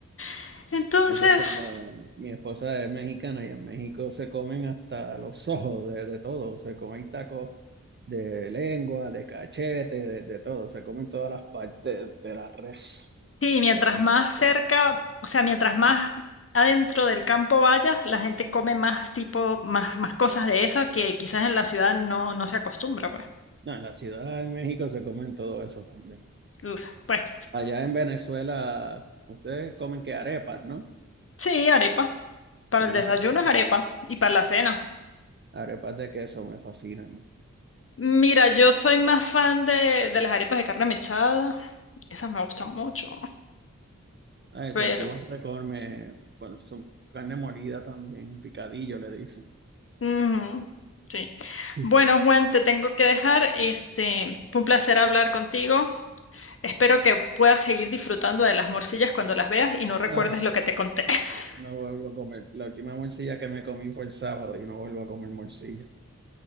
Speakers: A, on the left; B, on the right.
A: <laughs> Entonces,
B: Eso es como mi esposa es mexicana y en México se comen hasta los ojos de, de todo, se comen tacos de lengua, de cachete, de, de todo, se comen todas las partes de la res.
A: sí, mientras
B: Entonces,
A: más cerca, o sea, mientras más adentro del campo vayas, la gente come más tipo, más, más cosas de esas que quizás en la ciudad no, no se acostumbra, pues.
B: No, en la Ciudad de México se comen todo eso también.
A: Uf, bueno.
B: Allá en Venezuela, ustedes comen que arepas, ¿no?
A: Sí, arepa. Para
B: A mí
A: el desayuno
B: me fascinan.
A: es arepa y para la cena.
B: Arepas de queso me fascinan.
A: Mira, yo soy más fan de, de las arepas de carne mechada. Esas me gustan mucho,
B: Ah, ese
A: pero...
B: en Cuba se come, bueno, su carne molida también, picadillo le dicen.
A: ujú, sí.
B: <laughs>
A: Bueno, Juan, te tengo que dejar. Este, fue un placer hablar contigo. Espero que puedas seguir disfrutando de las morcillas cuando las veas y no recuerdes
B: Ah, sí,
A: lo que te conté. <laughs>
B: no vuelvo a comer. La última morcilla que me comí fue el sábado y no vuelvo a comer morcilla.